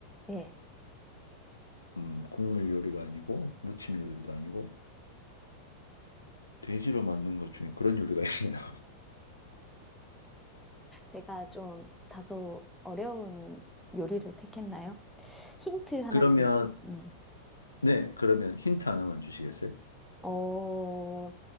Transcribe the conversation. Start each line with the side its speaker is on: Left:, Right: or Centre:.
Centre: 네.
Left: 음, 국물 요리가 아니고, 무침 요리도 아니고, 돼지로 만든 것 중에 그런 요리가 <laughs> 있나요?
Centre: 제가 좀 다소 어려운 요리를 택했나요? 힌트 하나
Left: 그러면,
Centre: 드릴, 음.
Left: 네, 그러면 힌트 하나만 주시겠어요?
Centre: 어,